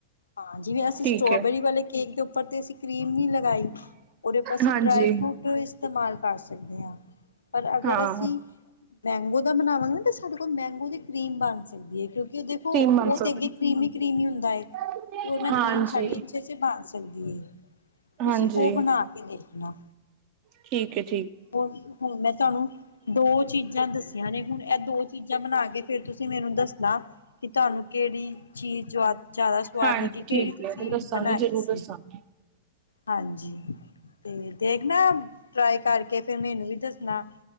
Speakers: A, on the left; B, on the right.
A: ਹਾਂ ਜਿਵੇਂ ਅਸੀਂ
B: ਠੀਕ
A: ਸਟੋਬੇਰੀ
B: ਹੈ
A: ਵਾਲੇ ਕੇਕ ਦੇ, ਉੱਪਰ ਤੇ ਅਸੀਂ ਕਰੀਮ ਨੀ ਲਗਾਈ! ਉਹਦੇ ਉਪਰ ਅਸੀਂ
B: ਹਾਂਜੀ
A: ਡਰਾਈ ਫਰੂਟ ਇਸਤੇਮਾਲ ਕਰ ਸਕਦੇ ਹਾਂ ਪਰ ਅਗਰ
B: ਹਾਂ
A: ਅਸੀਂ ਮੈਂਗੋ ਦਾ ਬਣਾਵਾਂਗੇ ਤਾਂ ਸਾਡੇ ਕੋਲ ਮੈਂਗੋ ਦੀ ਕਰੀਮ ਬਣ ਸਕਦੀ ਹੈ। ਕਿਉਂਕਿ ਉਹ ਦੇਖੋ
B: ਤਿੰਨ ਮੰਥ
A: ਉਹ
B: ਹੋ
A: ਤੇ ਅੱਗੇ ਕਰੀਮੀ-ਕਰੀਮੀ ਹੁੰਦਾ ਤੇ,
B: ਗਏ
A: ਉਹ ਨਾ
B: ਹਾਂਜੀ
A: ਕਰੀਮ ਸਾਡੀ ਅੱਛੇ ਜਿਹੇ ਬਣ ਸਕਦੀ ਹੈ! ਤੁਸੀਂ
B: ਹਾਂਜੀ
A: ਉਹ ਬਣਾ ਕੇ ਦੇਖਣਾ
B: ਠੀਕ ਜੀ
A: ਹਣ ਹੁਣ ਮੈਂ ਤੁਹਾਨੂੰ ਦੋ ਚੀਜ਼ਾਂ ਦੱਸੀਆਂ ਨੇ ਹੁਣ ਇਹ ਦੋ ਚੀਜ਼ਾਂ ਬਣਾ ਕੇ ਫਿਰ ਤੁਸੀਂ ਮੈਨੂੰ ਦੱਸਣਾ ਕਿ ਤੁਹਾਨੂੰ ਕਿਹੜੀ ਚੀਜ਼ ਜ਼ਿਆਦਾ ਸਵਾਦ
B: ਹਾਂਜੀ
A: ਲੱਗੀ ਕਿਹੜੀ
B: ਠੀਕ
A: ਤੁਸੀਂ
B: ਹੈ, ਮੈਂ ਦੱਸਾਂਗੀ
A: ਬਣਾਈ
B: ਜ਼ਰੂਰ
A: ਸੀ
B: ਦੱਸਾਂਗੀ।
A: ਹਾਂਜੀ ਤੇ ਦੇਖ ਨਾ ਟਰਾਈ ਕਰਕੇ ਫਿਰ ਮੈਨੂੰ ਵੀ ਦੱਸਣਾ